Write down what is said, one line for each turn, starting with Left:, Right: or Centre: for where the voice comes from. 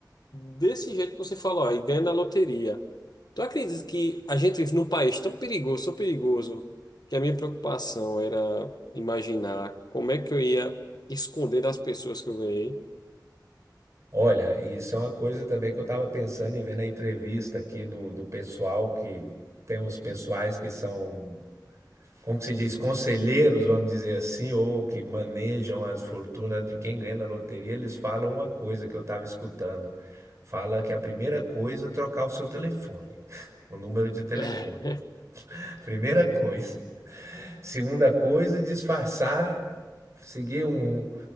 Left: desse jeito que você falou, aí ganha na loteria. Tu acredita que a gente vive num país tão perigoso, tão perigoso, que a minha preocupação era imaginar como é que eu ia esconder das pessoas que eu ganhei?
Right: Olha, isso é uma coisa também que eu estava pensando em ver na entrevista aqui do, do pessoal que tem os pessoais que são, como que se diz, conselheiros, vamos dizer assim, ou que manejam as fortunas de quem ganha na loteria, eles falam uma coisa que eu estava escutando. Fala que a primeira coisa é trocar o seu telefone, <laughs> o número de telefone.
Left: <laughs>
Right: Primeira coisa. Segunda coisa, disfarçar, seguir um,